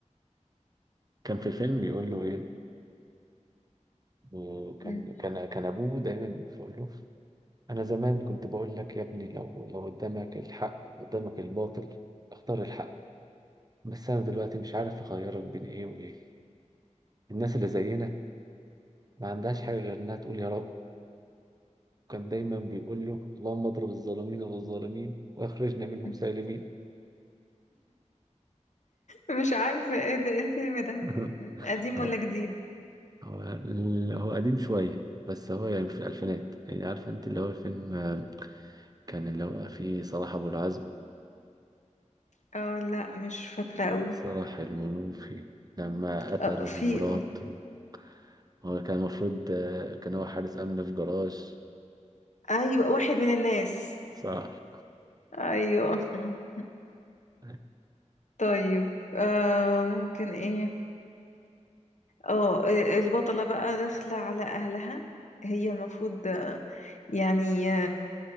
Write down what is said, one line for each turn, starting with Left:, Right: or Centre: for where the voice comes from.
Right: كان في فيلم بيقول له إيه آه، كان
Left: مم.
Right: كان كان أبوه دايما بيقول له أنا زمان كنت بقول لك يا ابني لو لو قدامك الحق قدامك الباطل اختار الحق بس أنا دلوقتي مش عارف أخيرك بين إيه وإيه الناس اللي زينا ما عندهاش حاجة غير إنها تقول يا رب كان دايما بيقول له اللهم اضرب الظالمين بالظالمين واخرجنا منهم
Left: <laughs>
Right: سالمين
Left: مش عارفة ايه ده ايه الفيلم ده
Right: <laughs>
Left: قديم
Right: هو
Left: ولا جديد
Right: هو هو قديم شوية بس هو يعني في الألفينات يعني عارفة أنت اللي هو الفيلم آه، كان اللي هو فيه صلاح أبو العزم
Left: اه لا مش فاكرة قوي
Right: صلاح المنوفي لما قتلوا
Left: اه في
Right: مراته
Left: اه
Right: هو كان المفروض آه، كان هو حارس أمن في جراج
Left: ايوه واحد من الناس
Right: صح
Left: ايوه <laughs>
Right: <laughs>
Left: طيب آه ممكن ايه اه البطلة بقى داخلة على اهلها هي المفروض آه، يعني